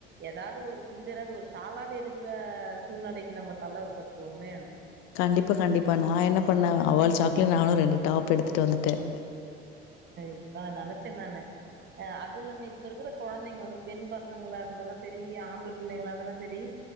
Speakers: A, on the right (about 35°); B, on the left (about 50°).
A: ஏதாவது ஒரு சுடிதராது ஒரு ஷாலாவது எடுக்கற சூழ்நிலைக்கு நம்ம தள்ளப்பட்டுடுவோமே
B: கண்டிப்பா கண்டிப்பா நான் என்ன பண்ணேன் அவள சாக்குல நானும் ரெண்டு டாப் எடுத்துட்டு வந்துட்டேன்
A: இப்ப நினைச்சேன் நானு அது இல்லாம இப்ப இருக்கிற குழந்தைங்க வந்து பெண் பசங்களா இருந்தாலும் சரி ஆம்பள பிள்ளைங்களா இருந்தாலும் சரி